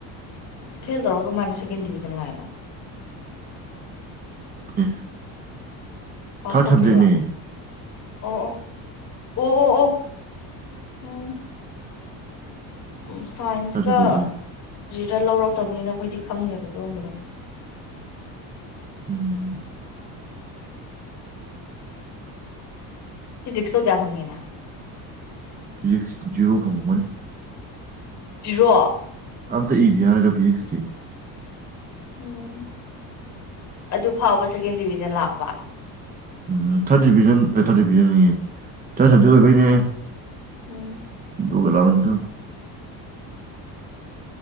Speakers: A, on the left; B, on the right.
A: ꯐꯤ ꯇꯧꯔꯒ ꯃꯥꯅꯦ ꯁꯦꯀꯦꯟ ꯗꯤꯕꯤꯖꯟ ꯂꯥꯏꯅꯣ
B: ꯑꯦ
A: ꯄꯥꯁ
B: ꯊꯥꯔꯠ
A: ꯇꯧꯈ꯭ꯔꯤꯔꯣ
B: ꯁꯕꯖꯦꯛꯅꯦ
A: ꯑꯣ ꯑꯣ ꯑꯣ ꯑꯣ ꯑꯣ ꯎꯝ ꯎ ꯁꯥꯏꯟꯁꯒ
B: ꯊꯥꯔꯠ ꯁꯕꯖꯦꯛ ꯑꯣꯏꯕ
A: ꯗ ꯂꯧꯔꯛꯇꯕꯅꯤꯅ ꯑꯩꯈꯣꯏꯗꯤ ꯈꯪꯅꯦꯦꯕ ꯑꯗꯨꯒꯣꯝꯕꯗꯣ
B: ꯎꯝ
A: ꯐꯤꯖꯤꯛꯁꯣ ꯀꯌꯥ ꯐꯪꯉꯤꯅ
B: ꯐꯤꯖꯤꯛꯁ ꯖꯖꯤꯔꯣ ꯐꯥꯎꯕꯅꯤ
A: ꯁꯤꯖꯤꯔꯣ
B: ꯑꯝꯗ ꯏ ꯌꯥꯔꯒ ꯛꯁꯇꯤ
A: ꯎꯝ ꯑꯗꯨ ꯐꯥꯎꯕ ꯁꯦꯀꯦꯟ ꯗꯤꯕꯤꯖꯟ ꯂꯥꯛꯄ
B: ꯎꯝ ꯊꯥꯔꯠ ꯗꯤꯚꯖꯟ ꯑꯦ ꯊꯥꯔꯠ ꯗꯤꯕꯤꯖꯟꯅꯤꯌꯦ ꯊꯥꯔꯠ ꯁꯕꯖꯦꯛ ꯑꯣꯏꯕꯩꯅꯦ
A: ꯎꯝ
B: ꯒꯂꯕꯗ